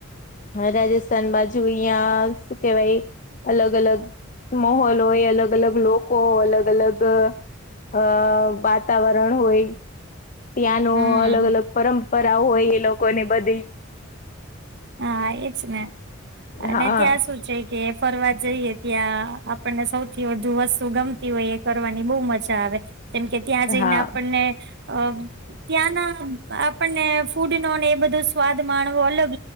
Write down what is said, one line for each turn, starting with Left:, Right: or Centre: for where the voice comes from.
Left: રાજસ્થાન બાજુ અહિયાં શું કેવાય અલગ અલગ મહહોલ હો એ અલગ અલગ લોકો અલગ અલગ અ વાતાવરણ હોય. ત્યાં ન
Right: હમ
Left: અલગ અલગ પરંપરા હોય એ લોકોને બધી.
Right: હા એજ ને, અને
Left: હા
Right: ત્યાં સુું છે કે ફરવા જઈએ ત્યાં આપણને સૌથી વધુ વસ્તુ ગમતી હોય એ કરવાની બહુ મજા આવે. ત <unintelligible> ત્યાં જઈને
Left: હા
Right: આપણને, અ ત્યાંના આપણને ફૂડ ન એ બધું બ સ્વાદ માણવો અલગ